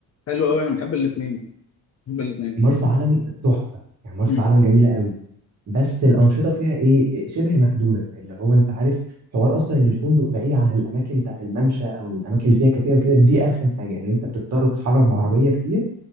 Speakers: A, on the left (about 40°); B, on the right (about 45°).
A: حلو قوي انا بحب الاثنين بحب الاثنين
B: مرسى علم تحفة يعني مرسى
A: امم
B: علم جميلة قوي بس الانشطه فيها ايه شبه محدوده اللي هو انت عارف حوار اصلا ان الفندق بعيد عن الاماكن بتاعت الممشى او الاماكن اللي فيها كافيه وكده دي ارخم حاجه يعني انت بتضطر تتحرك بعربيه كتير